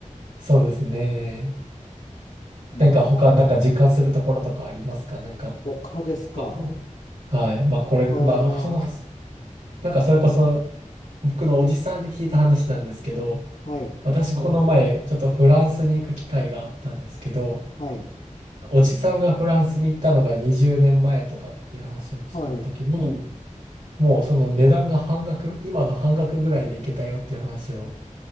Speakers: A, on the right; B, on the left.
A: そうですね。
B: うん、
A: なんか他、なんか実感するところとかありますかなんか、
B: 他ですか。
A: まあ、はい。まあこれ、
B: 他、
A: まあ、<laughs> その、なんかそれこそ僕のおじさんに聞いた話なんですけど、
B: はい、
A: 私この前、ちょっとフランスに行く機会があったんですけど、
B: はい、
A: おじさんがフランスに行ったのが20年前とかっていう話をした時に、
B: はい。
A: もうその値段が半額、今の半額ぐらいで行けたよっていう話を